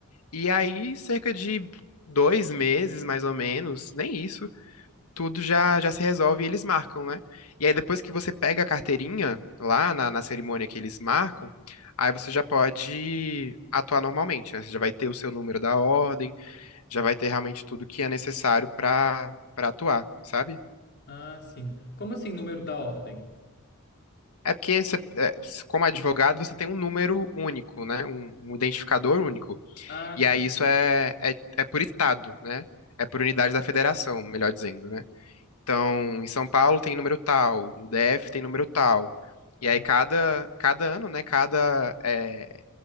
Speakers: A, on the left; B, on the left.
A: E aí, cerca de dois meses, mais ou menos, nem isso, tudo já, já se resolve e eles marcam, né? E aí, depois que você pega a carteirinha lá na, na cerimônia que eles marcam, aí você já pode atuar normalmente, né? Você já vai ter o seu número da ordem já vai ter realmente tudo que é necessário para para atuar, sabe?
B: Ah, sim. Como assim, número da ordem?
A: É porque, você- é, como advogado, você tem um número único, né? Um, um identificador único.
B: Ah,
A: E
B: sim.
A: aí isso é, é, é por estado, né? É por unidade da federação, melhor dizendo, né? Então, em São Paulo tem número tal, no DF tem número tal.
B: Ah,
A: E aí cada, cada ano, né? Cada, é,